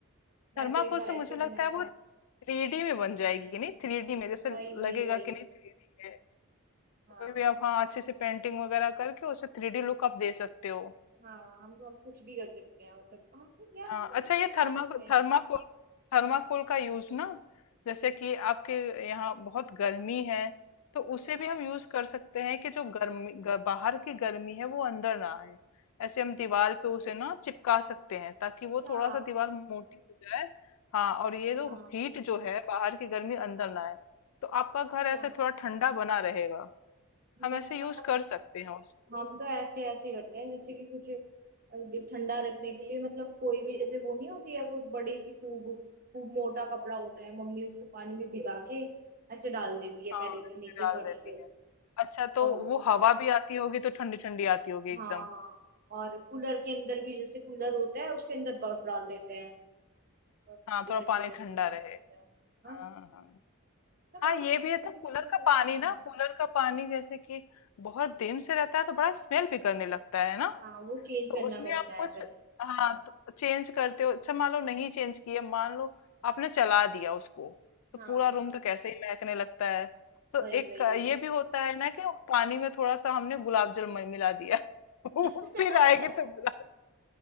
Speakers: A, on the right; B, on the left.
A: मैंने
B: थर्माकोल
A: तो एक बार
B: से
A: ऐसे
B: मुझे
A: ही
B: लगता
A: बनाई
B: है
A: थी
B: वो थ्री डी में बन जाएगी नहीं थ्री डी में जैसे
A: वही वही
B: लगेगा
A: वही
B: कि नहीं थ्री डी है
A: हाँ
B: कोई भी आप हाँ अच्छे से पेंटिंग वगैरह करके उसे थ्री डी लुक आप दे सकते हो
A: हाँ हम हम कुछ भी कर सकते हैं मतलब हम यार
B: हाँ
A: हम
B: अच्छा
A: कुछ भी
B: ये
A: बना
B: थर्मा
A: सकते हैं
B: थर्माकोल थर्माकोल का यूज ना जैसे कि आपके यहाँ बहुत गर्मी है तो उसे
A: हाँ
B: भी हम यूज कर सकते हैं कि जो गर्मी ग- बाहर की गर्मी है वो अंदर ना आए ऐसे हम दीवार पे उसे ना चिपका सकते हैं ताकि
A: अच्छा
B: वो थोड़ा सा दीवार मोटी हो जाए हाँ
A: अच्छा
B: और ये जो हीट जो है बाहर की गर्मी अंदर ना आए तो आपका घर
A: अच्छा
B: ऐसे थोड़ा ठंडा बना रहेगा
A: मैं
B: हम ऐसे यूज
A: मतलब
B: कर सकते हैं उसको
A: हम तो ऐसे ऐसे करते हैं जैसे कि कुछ अ, ठंडा रखने के लिए मतलब कोई भी जैसे वो नहीं होती है कोई बड़ी सी खूब खूब मोटा कपड़ा होता है मम्मी उसको पानी में भिगा के ऐसे डाल देती है
B: हाँ
A: पहले
B: मिक्सी
A: तो नीचे
B: डाल
A: फर्श
B: देती
A: पे
B: हैं अच्छा तो
A: और वो
B: वो हवा भी आती होगी तो ठंडी ठंडी आती होगी एकदम
A: हाँ और कूलर के अंदर भी जैसे कूलर होता है उसके अंदर बर्फ डाल देते हैं और वो
B: हाँ
A: भी
B: थोड़ा
A: ठंडी
B: पानी
A: ठंडी
B: ठंडा
A: हवा
B: रहे
A: देता है हाँ
B: हाँ हाँ
A: मतलब
B: हाँ
A: ऐसे
B: ये
A: छोटी
B: भी है तो
A: छोटी
B: कूलर
A: चीजें कर
B: का पानी
A: सकते
B: ना
A: हैं
B: कूलर का पानी जैसे कि बहुत दिन से रहता है तो बड़ा स्मेल भी करने लगता है ना
A: हाँ वो चेंज
B: तो
A: करना
B: उसमें
A: पड़ता
B: आप कुछ
A: है पहले
B: हाँ तो चेंज करते हो अच्छा मान लो नहीं चेंज किए मान लो आपने चला दिया उसको तो
A: हाँ
B: पूरा रूम तो कैसे ही महकने लगता है तो
A: वही
B: एक
A: वही
B: अ, ये
A: वही
B: भी होता है ना कि पानी में थोड़ा सा हमने गुलाब जल म- मिला दिया <laughs> वो
A: <laughs>
B: फिर आएगी तो गुलाब